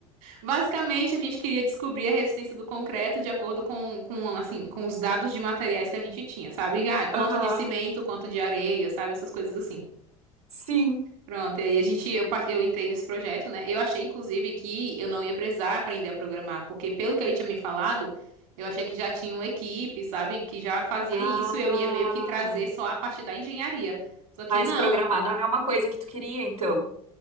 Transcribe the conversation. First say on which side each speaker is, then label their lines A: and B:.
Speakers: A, on the right; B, on the right.
A: Basicamente, a gente queria descobrir a resistência do concreto de acordo com, com, assim, com os dados de materiais que a gente tinha, sabe? Ah, quanto
B: Aham.
A: de cimento, quanto de areia, sabe? Essas coisas assim.
B: Sim.
A: Pronto, e aí a gente, eu, pa- eu entrei nesse projeto, né? Eu achei, inclusive, que eu não ia precisar aprender a programar, porque pelo que ele tinha me falado, eu achei que já tinha uma equipe, sabe? Que já fazia
B: Ah.
A: isso, e eu ia meio que trazer só a parte da engenharia. Só que
B: Mas
A: não.
B: programar não é uma coisa que tu queria, então.